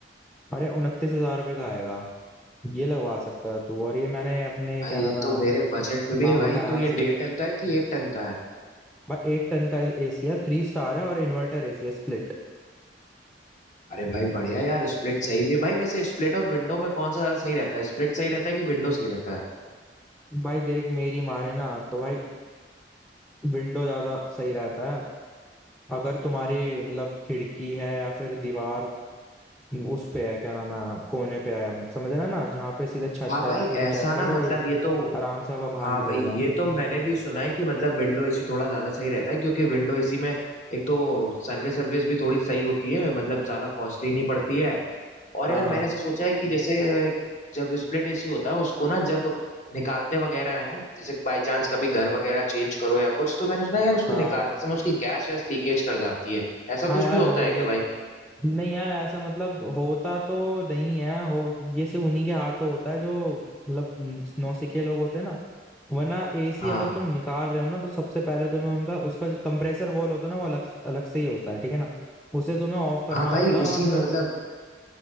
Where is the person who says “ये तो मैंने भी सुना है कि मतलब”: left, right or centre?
Left